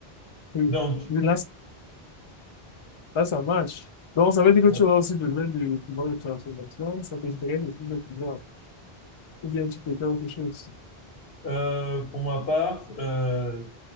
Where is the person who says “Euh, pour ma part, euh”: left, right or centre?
Left